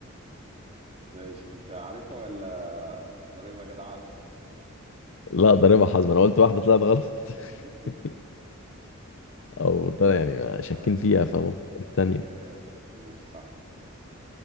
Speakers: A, on the right; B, on the left.
A: ماشي انت عارفها ولا ضريبة يا جدع عز
B: لا ده ربع حظ ما انا قلت واحده طلعت غلط
A: <laughs>
B: <laughs> او طلع يعني شاكين
A: آه،
B: فيها فممكن الثانيه
A: اوتاو ماشي صح